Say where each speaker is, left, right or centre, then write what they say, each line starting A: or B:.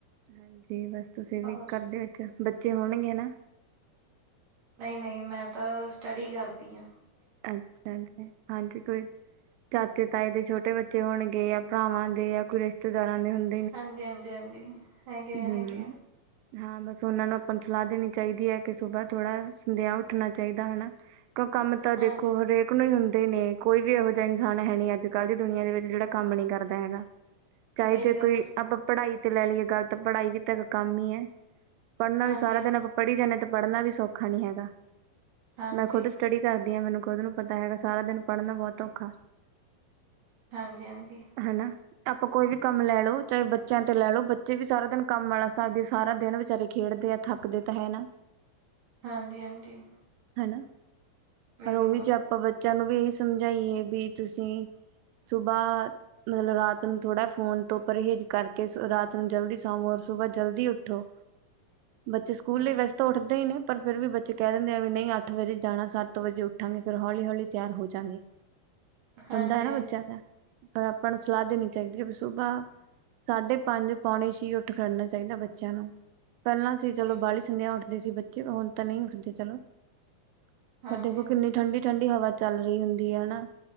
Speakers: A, on the right; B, on the right.
A: ਹਾਂਜੀ ਬਸ ਤੁਸੀਂ ਵੀ
B: ਹੋਰ
A: ਕਰਦੇ ਵਿੱਚ ਬੱਚੇ ਹੋਣਗੇ ਨਾ।
B: ਨਹੀਂ ਨਹੀਂ ਮੈਂ ਤਾਂ ਸਟਡੀ ਕਰਦੀ ਹਾਂ।
A: ਅੱਛਾ ਜੀ ਹਾਂਜੀ ਕੋਈ ਚਾਚੇ ਤਾਏ ਦੇ ਛੋਟੇ ਬੱਚੇ ਹੋਣਗੇ ਜਾਂ ਭਰਾਵਾਂ ਦੇ ਜਾਂ ਕੋਈ ਰਿਸ਼ਤੇਦਾਰਾਂ ਦੇ ਹੁੰ
B: ਹਾਂਜੀ, ਹਾਂਜੀ, ਹਾਂਜੀ ਹੈਗੇ ਆ,
A: ਹੂੰ
B: ਹੈਗੇ ਆ।
A: ਹਾਂ ਬਸ ਉਹਨਾਂ ਨੂੰ ਆਪਾਂ ਸਲਾਹ ਦੇਣੀ ਚਾਹੀਦੀ ਏ ਕਿ ਸੁਬਾਹ ਥੋੜ੍ਹਾ ਸੰਦੇਹਾਂ ਉੱਠਣਾ ਚਾਹੀਦਾ ਹਨਾ ਕਿਉਂ ਕੰਮ ਤਾਂ
B: ਹਾਂਜੀ
A: ਦੇਖੋ ਹਰੇਕ ਹੀ ਹੁੰਦੇ ਨੇ ਕੋਈ ਵੀ ਇਹੋ ਜਿਹਾ ਇਨਸਾਨ ਹੈ ਨੀ ਅੱਜ ਕੱਲ੍ਹ ਦੀ ਦੁਨੀਆਂ ਦੇ ਵਿੱਚ ਜਿਹੜਾ ਕੰਮ ਨੀ ਕਰਦਾ ਹੈਗਾ ਚਾਹੇ
B: ਸਹੀ
A: ਜੇ
B: ਗੱਲ
A: ਕੋਈ
B: ਆ
A: ਆਪਾਂ ਪੜ੍ਹਾਈ ਤੇ ਲੈ ਲਈਏ ਗੱਲ ਤਾਂ ਪੜ੍ਹਾਈ ਵੀ ਤੇ ਇੱਕ ਕੰਮ ਹੀ ਏ ਪੜ੍ਹਨਾ
B: ਹਾਂਜੀ
A: ਵੀ ਸਾਰਾ ਦਿਨ ਆਪਾਂ ਪੜ੍ਹੀ ਜਾਂਦੇ ਹਾਂ ਤੇ ਪੜ੍ਹਨਾ ਵੀ ਸੌਖਾ ਨਹੀਂੀ ਹੈਗਾ
B: ਹਾਂਜੀ
A: ਮੈਂ ਖੁਦ ਸਟੱਡੀ ਕਰਦੀ ਹਾਂ ਮੈਨੂੰ ਖੁਦ ਨੂੰ ਪਤਾ ਹੈਗਾ ਸਾਰਾ ਦਿਨ ਪੜ੍ਹਨਾ ਬਹੁਤ ਔਖਾ
B: ਹਾਂਜੀ ਹਾਂਜੀ।
A: ਹਨਾ ਆਪਾਂ ਕੋਈ ਵੀ ਕੰਮ ਲੈ ਲਓ ਚਾਹੇ ਬੱਚਿਆਂ ਤੇ ਲੈ ਲਓ। ੇ ਵੀ ਸਾਰਾ ਦਿਨ ਕੰਮ ਵਾਲਾ ਸਾ ਵੀ ਸਾਰਾ ਦਿਨ ਵਿਚਾਰੇ ਖੇਡਦੇ ਆ ਥੱਕਦੇ ਤਾਂ ਹੈ ਨਾ।
B: ਹਾਂਜੀ ਹਾਂਜੀ।
A: ਹਨਾ
B: ਬਿਲਕੁਲ
A: ਪਰ ਉਹੀ ਚ ਆਪਾਂ ਬੱਚਿਆਂ ਨੂੰ ਵੀ ਇਹੀ ਸਮਝਾਈਏ ਵੀ ਤੁਸੀਂ ਸੁਬਾਹ ਮਤਲਬ ਰਾਤ ਨੂੰ ਥੋੜਾ ਫੋਨ ਤੋਂ ਪਰਹੇਜ ਕਰਕੇ ਰਾਤ ਜਲਦੀ ਸਵੋ ਰ ਸੁਬਾਹ ਜਲਦੀ ਉੱਠੋ ਬੱਚੇ ਸਕੂਲੇ
B: ਬਿਲਕੁਲ
A: ਵੈਸੇ ਤਾਂ ਉੱਠਦੇ ਹੀ ਨੇ। ਪਰ ਫਿਰ ਵੀ ਬੱਚੇ ਕਹਿ ਦਿੰਦੇ ਆ ਵੀ ਨਹੀਂ ਅੱਠ ਵਜੇ ਜਾਣਾ ਸੱਤ ਵਜੇ ਉੱਠਾਂਗੇ ਫੇਿਰ ਹੌਲੀ ਹੌਲੀ ਤਿਆਰ ਹੋ ਜਾਂਗੇ।
B: ਹਾਂਜੀ
A: ਹੁੰਦਾ ਹੈ ਨਾ
B: ਹਾਂਜੀ
A: ਬੱਚਿਆਂ ਦਾ। ਪਰ ਆਪਾਂ ਨੂੰ ਸਲਾਹ ਦੇਣੀ ਚਾਹੀਦੀ ਹੈ ਵੀ ਸੁਬਾ ਸਾਢੇ ਪੰਜ <unintelligible> ਪਾਉਣੀ ਸੀ ਉੱਠ ਖੜਨਾ ਚਾਹੀਦਾ ਬੱਚਿਆਂ ਨੂੰ ਪਹਿਲਾਂ ਸੀ ਚਲੋ
B: ਬਿਲਕੁਲ
A: ਬਾਲੀ ਸੰਧਿਆ ਉੱਠਦੇ ਸੀ। ਹੁਣ ਤਾਂ ਨਹੀਂ ਉੱਠਦੇ ਚਲੋ ਤੁਹਾਡੇ
B: ਹਾਂਜੀ
A: ਕੋੋ
B: ਹਾਂਜੀ
A: ਕਿੰਨੀ ਠੰਡੀ ਠੰਢਡੀ ਹਵਾ ਚੱਲ ਰਹੀ ਹੁੰਦੀ ਹੈ ਹਨਾ